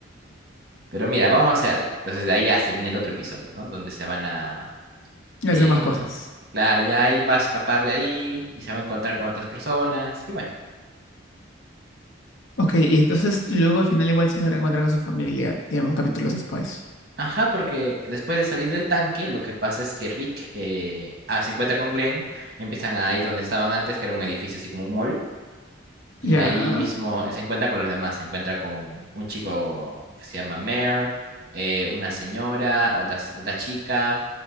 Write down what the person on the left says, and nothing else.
Hace
más cosas.
Ok, y entonces luego al final igual sí se reencuentra con su familia, digamos, capítulos después.
Ya.